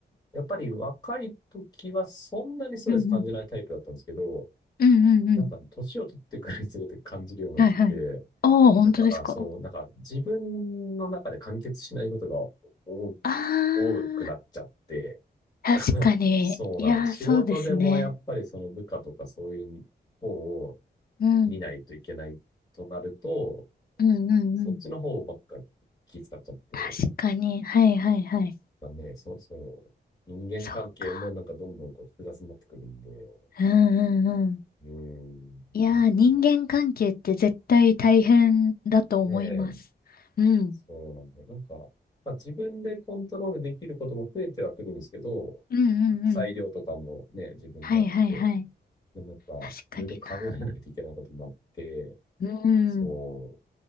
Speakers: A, on the left; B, on the left.
A: やっぱり若い時はそんなにストレス感じないタイプだったんですけど、
B: うんうん。うんうんうん。
A: なんか年を取ってくるにつれて感じるようになってきて、
B: はいはい。ああ、本当ですか
A: だからそう、なんか自分の中で完結しないことが多
B: あ
A: 多くなっちゃって、
B: あー、
A: <laughs>
B: 確かに。
A: そうなの。
B: いやー、
A: 仕事でもやっぱりその部下とかそういう方を
B: そうですね。うん。
A: 見ないといけないとなると、
B: うんうんうん。
A: そっちの方ばっか気遣っちゃって、
B: 確かに。はいはいはい。
A: まあね、そうそう。人間関係もなんかどんどんこう複雑になってくるんで、
B: そうか。
A: う
B: うんうんうん。
A: ーん、
B: いやー、
A: なんか
B: 人間関係って絶対大変だと思います。
A: ねえ、
B: うん。
A: そうなんだよ。なんか、まあ、自分でコントロールできることも増えてはくるんですけど、
B: うんう
A: 裁量とかもね、
B: んうん。
A: 自分にあって、
B: はいはいはい。
A: でもやっぱいろいろ考えないといけないこともあって、
B: 確かにな。うん。
A: そう。